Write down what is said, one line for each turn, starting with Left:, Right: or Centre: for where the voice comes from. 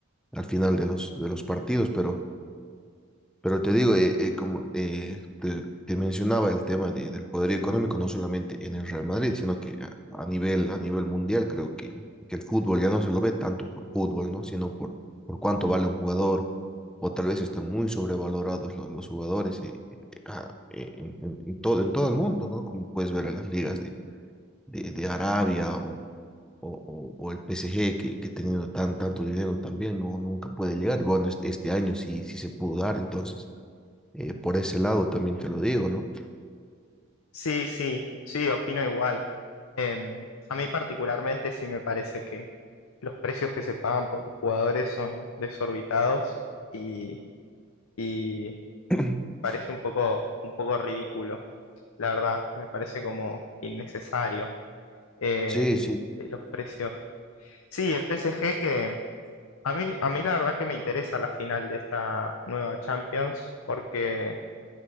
Centre: al final de los, de los partidos. Pero pero te digo, eh, eh, como eh, te, te mencionaba el tema de- del poder económico, no solamente en el Real Madrid, sino que a, a nivel, a nivel mundial, creo que, que el fútbol ya no se lo ve tanto por fútbol, ¿no? Sino por, por cuánto vale un jugador, o tal vez están muy sobrevalorados lo- los, jugadores eh, eh, ah, eh, en, en- en todo, en todo el mundo, ¿no? Como puedes ver en las ligas de, de, de Arabia o, o, o- o el PSG, que, que teniendo tan, tanto dinero también, no, nunca puede llegar. Bueno, este este año sí, sí se pudo dar, entonces eh, por ese lado también te lo digo, ¿no?
Left: Sí, sí, sí, opino igual. Em, a mí particularmente sí me parece que los precios que se pagan por los jugadores son desorbitados y, y
Centre: <clears throat>
Left: parece un poco, un poco ridículo, la verdad, me parece como innecesario eh,
Centre: Sí, sí,
Left: los precios. Sí, el PSG que a mí, a mí la verdad que me interesa la final de esta nueva Champions porque...